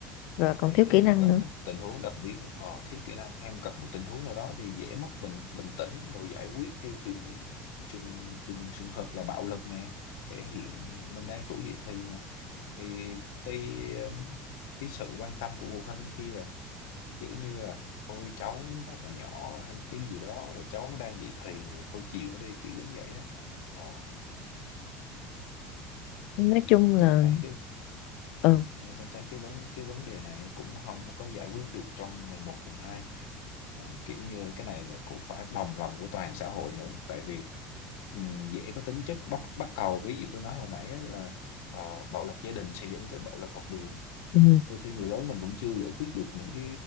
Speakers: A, on the left; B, on the left.
A: và còn
B: hay
A: thiếu kỹ năng
B: gặp
A: nữa
B: một tình huống đặc biệt ờ, thiếu kỹ năng hay gặp một tình huống nào đó thì dễ mất bình bình tĩnh rồi giải quyết theo trường trường trường trường hợp là bạo lực nè thể hiện mình đang tuổi dậy thì mà thì khi ờ, cái sự quan tâm của phụ huynh khi là kiểu như là ôi cháu nó còn nhỏ hay cái gì đó rồi cháu nó đang dậy thì rồi thôi chịu đi kiểu giống vậy á Ờ.
A: nói
B: nên
A: chung là
B: tôi thấy cái ừ,
A: ừ,
B: nên tôi thấy cái vấn cái vấn đề này cũng không có giải quyết được trong ngày một ngày hai mà kiểu như cái này là cũng phải đồng lòng của toàn xã hội nữa tại vì ừm, dễ có tính chất bắt bắt cầu ví dụ tôi nói hồi nãy á là ờ, bạo lực gia đình sẽ dẫn tới bạo lực học đường
A: ừ.
B: đôi khi người lớn mình cũng chưa giải quyết được những cái